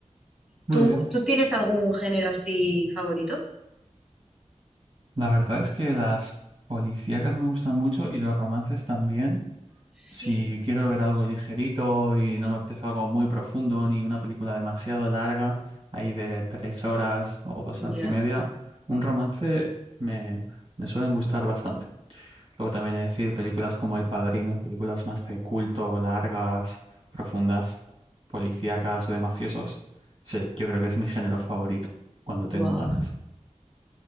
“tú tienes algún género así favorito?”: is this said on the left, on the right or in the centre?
Centre